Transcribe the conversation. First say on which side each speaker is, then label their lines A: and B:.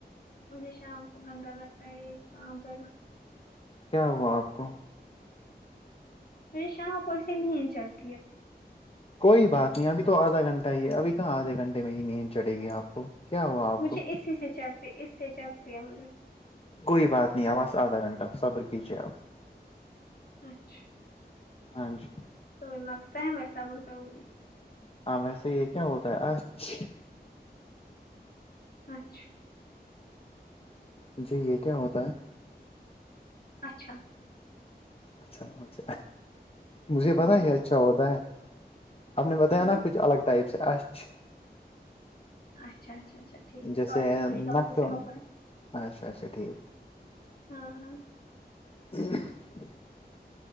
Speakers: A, on the left; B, on the left.
A: مجھے شام کو گندا لگتا ہے یے کام کر نا
B: کیا ہوا آپ کو
A: پھر شام کو ایسی نہیں چڑتی ہے
B: کوئی بات نہیں اب تو آدھا گھنٹہ ہی ہے ابھی کہاں آدھے گھنٹے میں ہی نیند چڑے گی آپ کو کیا ہوا آپ
A: مجھے
B: کو
A: اسی سے چل تے اس سے چل پیا مجھے
B: کوئی بات نہیں اور بس آدھا گھنٹہ صبر کیجے آپ
A: اچھا
B: ہاں جی
A: تمہے لگتا ہے میں صبر کروں گی
B: ہاں ویسے یہ کیا ہوتا ہے اچھا
A: اچھا
B: جی یہ کیا ہوتا ہے
A: اچھا
B: اچھا اچ مجھے پتا
A: جی
B: ہی یہ اچھا ہوتا ہے آپ نے بتایا
A: ہاں
B: نا کچھ الگ ٹائپ سے اچھ
A: اچھا اچھا اچھا ٹھیک
B: جیسے
A: سوری سوری
B: نخل
A: غلطی سے ہوگیا
B: اچھا اچھا ٹھیک
A: ہاں ہاں
B: <inaudible>